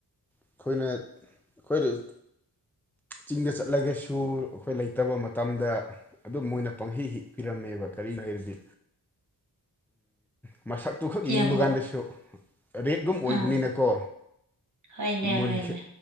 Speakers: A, in the centre; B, on the right.
A: ꯑꯩꯈꯣꯏꯅ ꯑꯩꯈꯣꯏꯗ ꯆꯤꯡꯗ ꯆꯠꯂꯒꯁꯨ ꯑꯩꯈꯣꯏ ꯂꯩꯇꯕ ꯃꯇꯝꯗ ꯑꯗꯨꯝ ꯃꯣꯏꯅ ꯄꯪꯍꯩ ꯍꯤ ꯄꯤꯔꯝꯃꯦꯕ ꯀꯔꯤꯒꯤꯅꯣ ꯍꯥꯏꯔꯗꯤ ꯎꯝꯃꯁꯛ ꯇꯨꯈꯛ
B: ꯏꯌꯥꯝꯕ
A: ꯌꯦꯡꯕ ꯀꯥꯟꯗꯁꯨ ꯔꯦꯠ ꯑꯗꯨꯝ ꯑꯣꯏꯕꯅꯤꯅꯀꯣ
B: ꯑꯥ ꯍꯣꯏꯅꯦ
A: ꯃꯟ
B: ꯍꯣꯏꯅꯦ